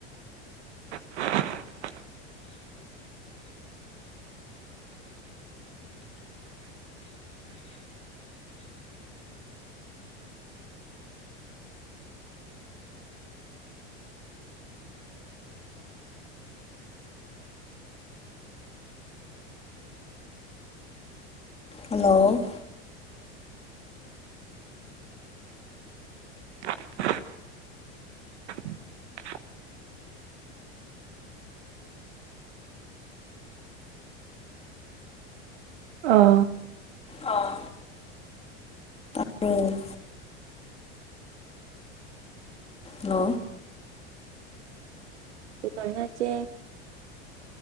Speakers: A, on the right (about 80°); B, on the left (about 20°).
A: <inaudible>
B: hello
A: <inaudible> ꯑꯥ
B: ꯑꯥ ꯕꯔꯣ ꯍꯜꯂꯣ
A: ꯀꯩꯗꯧꯅꯣꯆꯦ